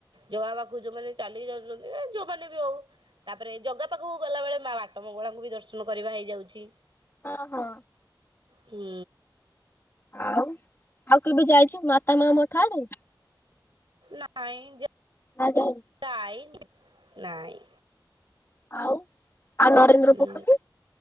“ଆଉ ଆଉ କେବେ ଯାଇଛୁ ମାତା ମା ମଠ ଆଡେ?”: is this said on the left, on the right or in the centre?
Left